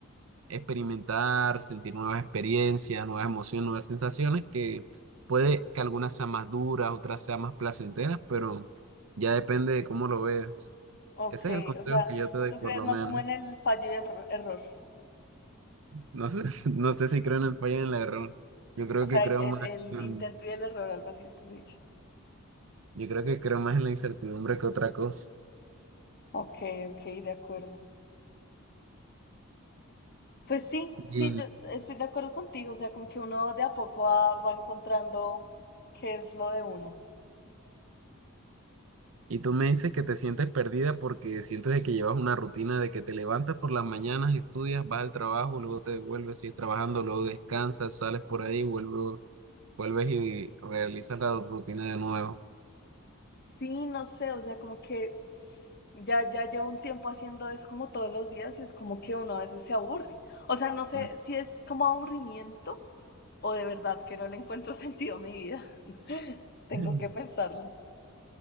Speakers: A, on the right (about 70°); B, on the left (about 50°).
A: experimentar, sentir nuevas experiencias, nuevas emociones, nuevas sensaciones, que puede que algunas sean más duras, otras sean más placenteras, pero ya depende de cómo lo veas.
B: Ok,
A: Ese es el consejo
B: o sea,
A: que yo te doy,
B: tú
A: por
B: crees
A: lo
B: más
A: menos.
B: como en el fallo y el erro- error.
A: No sé, <laughs> no sé si creo en el fallo y en el error. Yo creo
B: O sea,
A: que creo
B: el, el,
A: más,
B: el
A: en-
B: intento y el error, algo así es que se dice.
A: yo creo que creo más en la incertidumbre que otra cosa.
B: Ok, ok, de acuerdo. Pues sí,
A: Y
B: sí, yo estoy de acuerdo contigo, o sea, como que uno de a poco va, va encontrando qué es lo de uno.
A: Y tú me dices que te sientes perdida porque sientes de que llevas una rutina de que te levantas por las mañanas, estudias, vas al trabajo, luego te devuelves, sigues trabajando, luego descansas, sales por ahí, vuelvo- vuelves y realizas la rutina de nuevo.
B: Sí, no sé, o sea, como que Ya, ya llevo un tiempo haciendo eso como todos los días y es como que uno a veces se aburre. O sea, no sé
A: Mm.
B: si es como aburrimiento o de verdad que no le encuentro <laughs> sentido a mi vida. <laughs> Tengo
A: <clears throat>
B: que pensarlo.